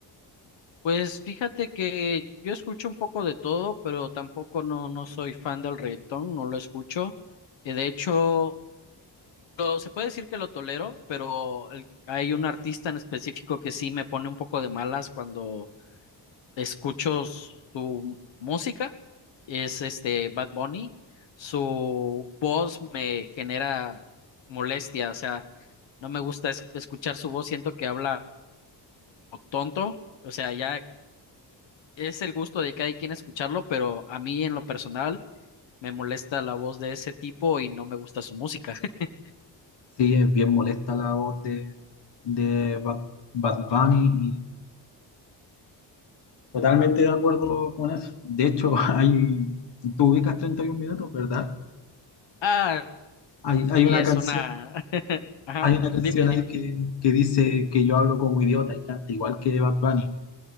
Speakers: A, on the left (about 85°); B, on the left (about 65°).
A: Pues fíjate que yo escucho un poco de todo, pero tampoco no, no soy fan del reggaetón, no lo escucho. Eh, de hecho, lo- se puede decir que lo tolero, pero el- hay un artista en específico que sí me pone un poco de malas cuando escucho su música, es este Bad Bunny, su voz me genera molestia, o sea, no me gusta es- escuchar su voz, siento que habla tonto, o sea, ya es el gusto de cada quien escucharlo, pero a mí en lo personal me molesta la voz de ese tipo y no me gusta su música. <laughs>
B: Sí, es bien molesta la voz de, de Bad, Bad Bunny y totalmente de acuerdo con eso. De hecho, <laughs> hay, tú ubicas 31 minutos, ¿verdad?
A: Ah,
B: Hay, hay
A: y
B: una
A: es
B: canción,
A: una... <laughs> Ajá,
B: hay una canción
A: dime,
B: ahí
A: dime.
B: que, que dice que yo hablo como idiota y canta igual que Bad Bunny.